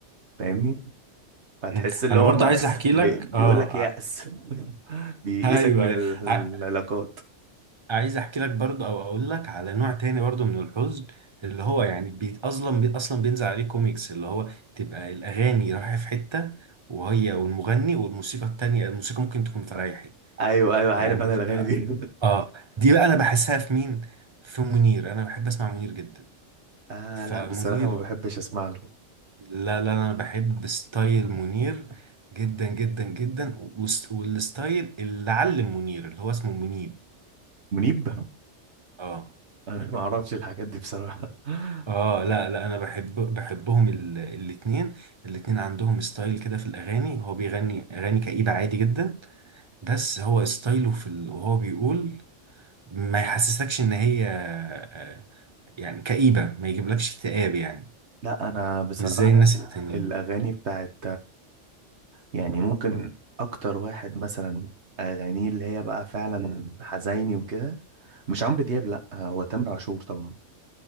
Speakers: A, on the right (about 65°); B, on the right (about 30°).
A: فاهمني فتحس
B: م.
A: اللي
B: انا
A: هو
B: برضو
A: ما
B: عايز احكي لك
A: بي بيقول
B: اه
A: لك يأس
B: ع-
A: <laughs> بيئسك
B: ايوه
A: من
B: أيوة.
A: ال- العلاقات
B: ع- عايز احكي لك برضو او اقول لك على نوع تاني برضو من الحزن اللي هو يعني بيت اصلا بي اصلا بينزل عليه كوميكس اللي هو تبقى الاغاني رايحه في حته وهي والمغني والموسيقى التانية الموسيقى ممكن تكون فريحي
A: ايوه ايوه عارف
B: يعني
A: انا
B: دي
A: الاغاني دي
B: اه دي بقى انا بحسها في مين في منير انا بحب اسمع منير جدا
A: <laughs> آه
B: فمنير
A: لا بصراحة ما بحبش اسمع له
B: لا لا انا بحب ستايل منير جدا جدا جدا وست- والستايل اللي علم منير اللي هو اسمه منيب
A: منيب
B: اه
A: انا ما اعرفش الحاجات دي بصراحه <laughs>
B: اه لا لا انا بحب بحبهم ال- الاتنين الاتنين عندهم ستايل كده في الاغاني هو بيغني اغاني كئيبة عادي جدا بس هو ستايله في ال... وهو بيقول ما يحسسكش ان هي آه، يعني كئيبة ما يجيبلكش اكتئاب يعني
A: لا انا بصراحه
B: مش زي الناس التانيين
A: الاغاني بتاعت يعني ممكن اكتر واحد مثلا اغانيه اللي هي بقى فعلا حزيني وكده مش عمرو دياب لا هو تامر عاشور طبعا